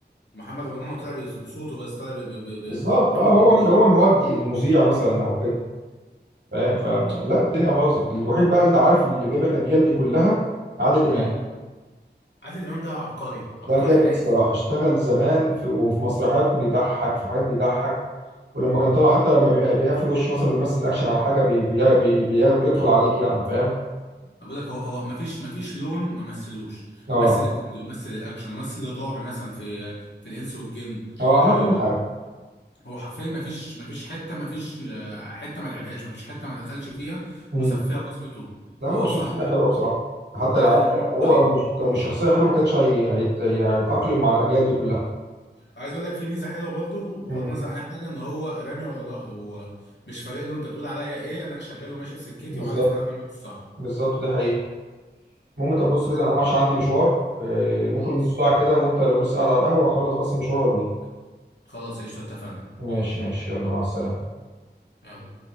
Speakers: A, on the left; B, on the right.
A: محمد رمضان هو طلع بص- بصوته بس طلع ب- ب- ب-
B: بالظبط
A: ب- بمحمد
B: اه هو
A: رمضان
B: اللي هو المؤدي المذيع مثلا او كده فاهم فلا الدنيا باظت الوحيد بقى اللي عارف اللي جاب الاجيال دي كلها عادل امام
A: امم عادل امام ده عبقري عبقري
B: ده جامد
A: حقيقي
B: الصراحه
A: يعني.
B: اشتغل زمان في وفي مسرحيات بيضحك في حاجات بيضحك ولما كان طالع حتى لما بيبقى بيقفل وشه مثلا بيمثل اكشن او حاجه بي بي بي بي بيدخل عليك يعني فاهم
A: أنا بقول لك هو هو ما فيش ما فيش لون ما مثلوش
B: اه
A: مثل الكوميدي ومثل الاكشن ومثل الرعب مثلا في في الانس والجن
B: هو عمل
A: آه
B: كل حاجه
A: هو حرفيا ما فيش ما فيش حته ما فيش آه، حته ما لعبهاش ما فيش حته ما دخلش فيها
B: امم
A: وساب فيها بصمته
B: لا هو
A: هو
B: شخصيه
A: الصراحه
B: حلوه بصراحه حتى
A: عادل
B: لو
A: امام
B: هو
A: عبقري
B: لو مش لو مش شخصيه حلوه ما كانش هي... هيت... يعني هيتاقلم مع الاجيال دي كلها
A: عايز اقول لك في ميزه حلوه برضو بغض
B: امم
A: النظر عن اي حاجه ان هو رامي ورا ظهره هو مش فارق له انت تقول عليا ايه انا شغال وماشي في سكتي
B: بالظبط
A: وعارف ان انا بعمله الصح
B: بالظبط دي حقيقه المهم طب بص
A: بقول
B: كده انا
A: لك
B: هقوم عشان عندي مشوار آه، ممكن
A: خلاص
B: نص ساعه كده وانت لو لسه قاعد على القهوه هخلص بس المشوار واجيلك
A: خلاص قشطه اتفقنا
B: ماشي ماشي يلا مع السلامه
A: يلا